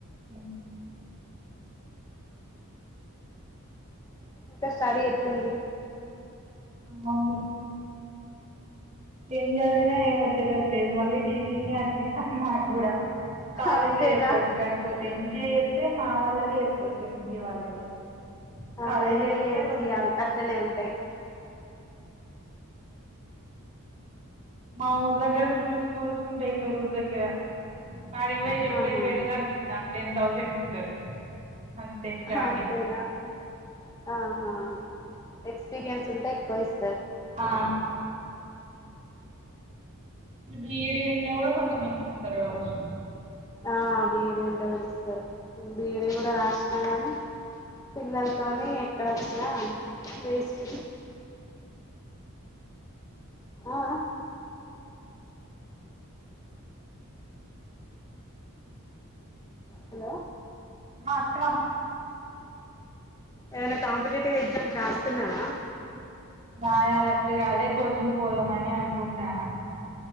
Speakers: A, on the right; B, on the left.
A: ఉ
B: ఇంకా స్టడీ ఎట్లుంది
A: మాంది ఏం చదివినా ఏం వచ్చేటట్టు లేదు మళ్ళీ టీచింగే అనిపిత్తాన్ నాకు గూడ కాలేజ్లే
B: అంతేనా
A: చెప్పవచ్చు కాకపోతే ఎంసిఏ చేతే మా వాళ్ళకే చెప్పవచ్చు ఎంసిఏ వాళ్ళకే
B: ఆహా
A: కాలేజ్
B: ఎంబిఏ
A: లో చెప్తే
B: ఎంసిఏ
A: కొంచెం
B: అట్లనే ఉంటాయి
A: మా ఊరు దగ్గర ఫుల్ స్కూల్స్ ఉంటాయి తఊరు దగ్గర ఆడికి పోయ్ చెప్పే
B: ఆహాహా
A: బెటర్ అనిపిత్తాం టెన్ థౌసండ్ ఇత్తరు అంతే స్టార్టింగ్
B: అంతేదా ఆహా ఎక్స్పీరియన్స్ ఉంటే ఎక్కువ ఇస్
A: ఆ బీడి ఉన్నా కూడా కొంచెం ఎక్కిత్తరు కావచ్చు
B: ఆ బీడి ఉంటే కూడా ఇస్తరు బీడ కూడా రాసిన గానీ పిల్లలతోని ఎక్కడ వచ్చినా వేస్ట్ ఆ హలో
A: మాక్కడ
B: ఏమైనా కాంపిటేటివ్ ఎగ్జామ్ రాస్తున్నావా
A: రాయాలకి అదే కోచింగ్ పోదామని అనుకుంటాన